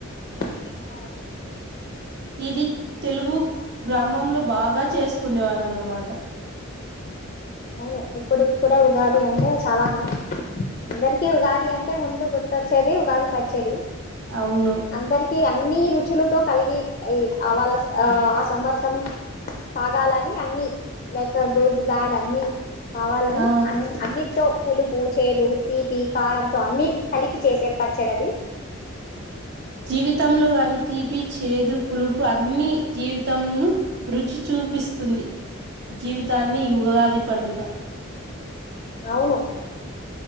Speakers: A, on the left (about 40°); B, on the right (about 55°).
A: అ
B: ఇది తెలుగు గ్రామంలో బాగా చేసుకుండే వాళ్ళ అన్నమాట
A: అవును ఇప్పుడిపుడే కూడా ఉగాది అంట అంటే చాలా అందరికిీ ఉగాది అంటే ముందు గుర్తొచ్చేది ఉగాది పచ్చడి
B: అవును
A: అందరికి అన్ని రుచులతో కలిగి అ వాళ ఆ ఆ సంవత్సరం స కాలాని అన్ని లైక్ గుడ్ దాడా అమీ కావాలని
B: ఆ
A: అన్ని అన్నిటో పులుపు చేదు తీపి కారంంతో అన్ని కలిపి చేసే పచ్చడది
B: జీవితంలో కాని తీపి చేదు పులుపు అన్నిజీవితంను రుచి చూపిస్త స్తుంది జీవిత దాన్ని ఈ ఉగాది పండుగ
A: అవును